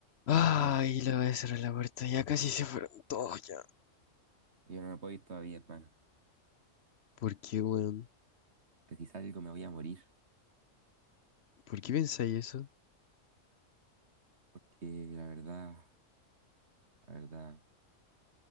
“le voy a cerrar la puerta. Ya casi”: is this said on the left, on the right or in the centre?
Left